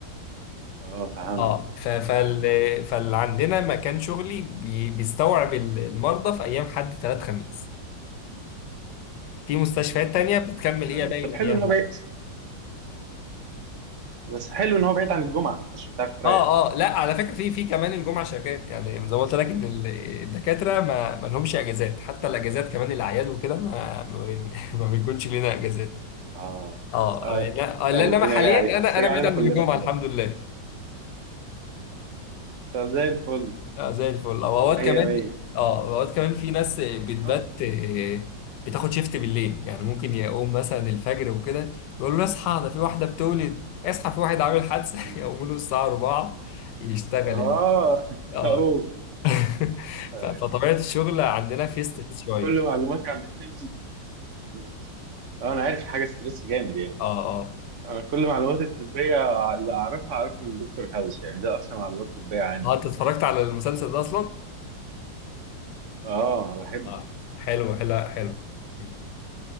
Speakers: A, on the right (about 50°); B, on the left (about 75°).
A: اه فهمت
B: اه ف- فال
A: فهمت
B: فاللي عندنا مكان شغلي بي- بيستوعب ال- المرضى في أيام حد تلات خميس في مستشفيات تانية بتكمل هي
A: أيوة.
B: باقي
A: طب
B: الأيام
A: حلو ان هو بعيد بس حلو ان هو بعيد عن الجمعه حتى عشان تعرف تريح
B: اه اه لا على فكره في في كمان الجمعه شغال يعني زي ما قلت لك ان ال- الدكاتره ما ما لهمش اجازات حتى الاجازات كمان الاعياد وكده ما ما, بين- <laughs> ما بيكونش لنا اجازات
A: اه
B: اه
A: آه،
B: آه، لا آه، لا
A: آه،
B: انما
A: الدنيا
B: حاليا
A: جايه عليك
B: انا
A: بس جايه
B: انا بعيد
A: علينا
B: عن
A: كلنا
B: الجمعه
A: خلي
B: الحمد
A: بالك
B: لله
A: طب زي الفل
B: اه زي الفل او اوقات
A: مية
B: كمان
A: مية
B: اه اوقات كمان في ناس بتبات
A: اه
B: آه، بتاخد شيفت بالليل يعني ممكن يقوم مثلا الفجر وكده يقول له اصحى ده في واحده بتولد اصحى في واحد عامل حادثه
A: مم.
B: <laughs> يقوموا له الساعه 4 يشتغل
A: اه <laughs>
B: آه،
A: اوه
B: <laughs>
A: أيوة.
B: ف- فطبيعة الشغل عندنا في ستريس شوية
A: كل معلوماتي عن التبس مم. اه انا عارف الحاجه ستريس جامد يعني
B: اه اه
A: انا كل معلوماتي الطبيه اللي اعرفها اعرفها من دكتور هاوس يعني ده اكثر معلومات طبيه عندي
B: اه انت اتفرجت على المسلسل ده اصلا؟
A: اه بحب
B: اه حلو حلو حلو مم.